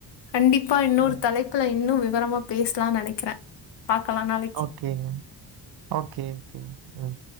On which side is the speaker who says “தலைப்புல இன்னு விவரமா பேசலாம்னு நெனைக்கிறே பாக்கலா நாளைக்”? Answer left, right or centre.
Left